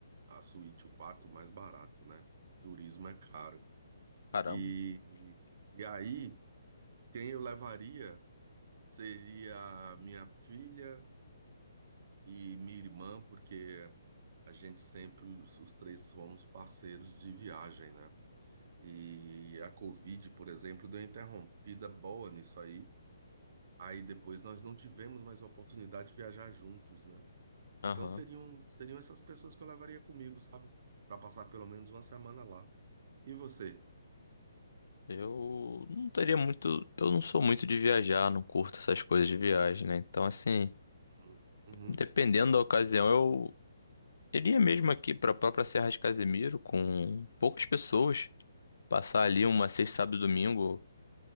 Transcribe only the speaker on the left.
Caramba.
Aham.
Eu não teria muito. Eu não sou muito de viajar, não curto essas coisas de viagem, né? Então, assim,
dependendo da ocasião, eu iria mesmo aqui pra própria Serra de Casemiro com poucas pessoas. Passar ali uma sexta, sábado e domingo,